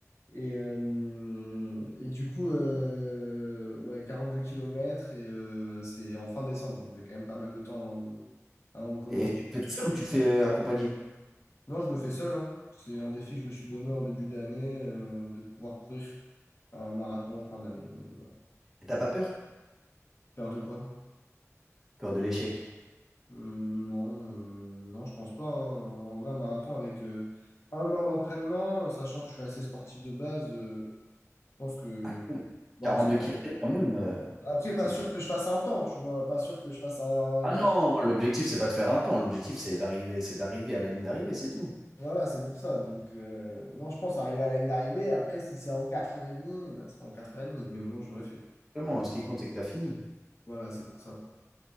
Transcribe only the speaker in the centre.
Et tu le fais tout seul ou tu le fais euh, accompagné?
Et t'as pas peur?
Peur de l'échec.
Ah, cool.
42
kilomètres quand même. euh,
c'est...
bon.
Ah
non, l'objectif, c'est pas de faire un temps. L'objectif, c'est d'arriver, c'est d'arriver à la ligne d'arrivée, c'est tout.
Vraiment, ce qui compte, c'est que t'as fini.